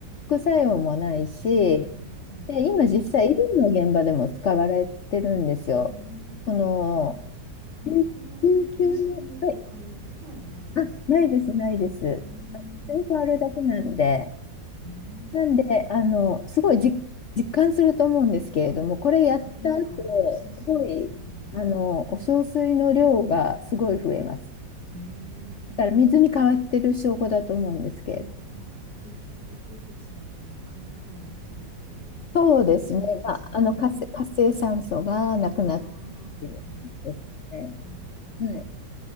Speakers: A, on the left; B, on the right.
A: 副作用もないし、
B: うんうんうん。
A: で、今実際医療の現場でも使われてるんですよ。
B: あ、へえ。
A: その、
B: あ、はい。
A: 救
B: これは取りすぎるとかいうことはないんですかね。
A: 救急の、はい、あ、ないです、ないです。
B: うーん、なるほど。
A: 組み変わるだけなんで、
B: ええ。
A: なんで、あの、すごいじ実感すると思うんですけれども、これやった後、
B: あ、なんか良さそうですね。
A: すごい、あの、お小水の量がすごい増えます。
B: うんへえ。
A: だから水に変わってる証拠だと思うんですけど。
B: あ、じゃあ、あど、毒物が体から出てるっていう
A: そうですね。
B: 感じですね。
A: まあ、あの、活性、活性酸素がなくなってっていうことですね。
B: ああ、なくなって。あ
A: はい